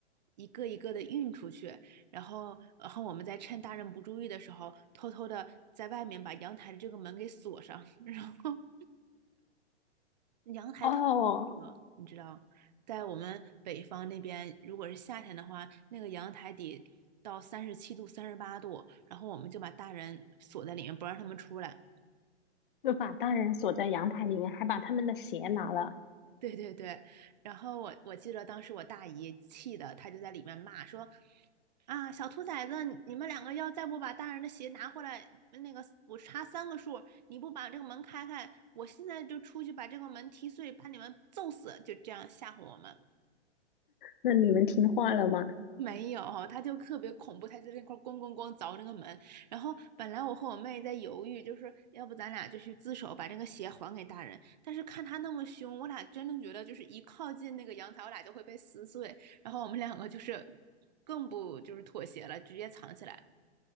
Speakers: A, on the right (about 40°); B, on the left (about 45°).
A: 一个一个的运出去，然后，然后我们在趁大人不注意的时候，偷偷的在外面把阳台的这个门给锁上，<laughs> 然后阳台特别热，
B: 哦，
A: 你知道，在我们北方那边，如果是夏天的话，那个阳台得到三十七度、三十八度，然后我们就把大人锁在里面，不让他们出来。<laughs>
B: 就把大人锁在阳台里面，还把他们的鞋拿了。
A: 对对对，然后我我记得当时我大姨气的，她就在里面骂说：“啊，小兔崽子，你你们两个要再不把大人的鞋拿回来，那个我查三个数，你不把这个门开开，我现在就出去把这个门踢碎，把你们揍死！”就这样吓唬我们。
B: 那你们听话了吗？
A: 没有，他就特别恐怖，他就在那块儿咣咣咣凿那个门。然后本来我和我妹在犹豫，就是要不咱俩就去自首，把这个鞋还给大人。但是看他那么凶，我俩真的觉得就是一靠近那个阳台，我俩就会被撕碎。然后我们两个就是更不就是妥协了，直接藏起来。